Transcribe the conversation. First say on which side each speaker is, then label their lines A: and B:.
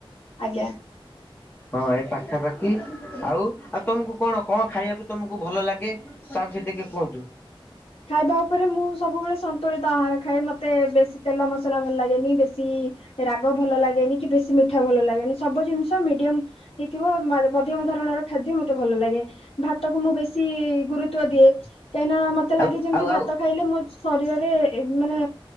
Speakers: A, on the left; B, on the left.
A: ଆଜ୍ଞା।
B: ହଁ ଏ ପାଖାପାଖି ଆଉ। ଆଉ ତମକୁ କଣ କଣ ଖାଇବାକୁ ତମକୁ ଭଲ ଲାଗେ? ଗେ ତା ବିଷୟରେ ଟିକେ କୁହନ୍ତୁ।
A: ଖାଇବା ଉପରେ ମୁଁ ସବୁବେଳେ ସନ୍ତୁଳିତ ଆହାର ଖାଏ। ମତେ ବେଶୀ ତେଲ ମସଲା ଭଲ ଲାଗେନି। ବେଶୀ ରାଗ ଭଲ ଲାଗେନି କି ବେଶୀ ମିଠା ଭଲ ଲାଗେନି। ସବୁ ଜିନିଷ ମିଡିୟମ ହେଇଥିବ ମଧ୍ୟମ ଧରଣର ଖାଦ୍ୟ ମତେ ଭଲ ଲାଗେ। ଭାତ କୁ ମୁଁ ବେଶୀ ଗୁରୁତ୍ଵ ଦିଏ କାହିଁ ନା ମତେ ତେ
B: ଆଉ
A: ଲାଗେ ଯେମିତି
B: ଆଉ
A: ଭାତ
B: ଆଉ
A: ଖାଇଲେ ମୋ ଶରୀରରେ ମାନେ